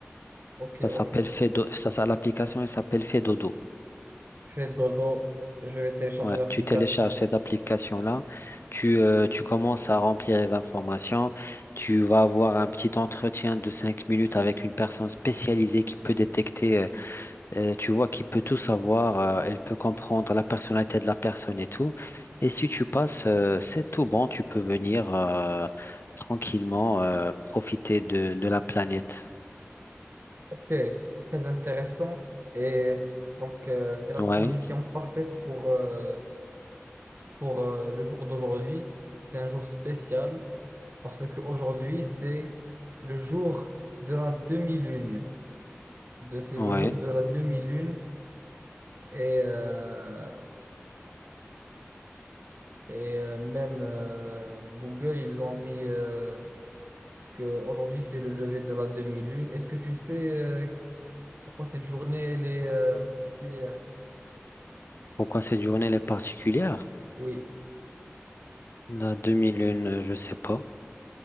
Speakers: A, on the right (about 50°); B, on the left (about 55°).
A: Ok,
B: Ça
A: ok.
B: s'appelle Fedo, ça, ça, l'application elle s'appelle Fedodo.
A: Je fais dodo, je vais télécharger
B: Ouais,
A: l'application.
B: tu télécharges cette application-là, tu, euh, tu commences à remplir les informations, tu vas avoir un petit entretien de cinq minutes avec une personne spécialisée qui peut détecter, euh, euh, tu vois, qui peut tout savoir, euh, elle peut comprendre la personnalité de la personne et tout. Et si tu passes, euh, c'est tout bon, tu peux venir euh, tranquillement euh, profiter de, de la planète.
A: Ok, très intéressant. Et c- donc, euh, c'est la
B: Ouais,
A: transition parfaite pour, euh, pour euh, le jour d'aujourd'hui. C'est un jour spécial parce qu'aujourd'hui, c'est le jour de la demi-lune. De- C'est
B: ouais.
A: le jour de la demi-lune Et, euh, et euh, même euh, Google, ils ont mis euh, que aujourd'hui c'est le lever de la demi-lune. Est-ce que tu sais euh, pourquoi cette journée elle est euh, particulière?
B: Pourquoi cette journée elle est particulière?
A: Oui,
B: La demi-lune, euh, je sais pas.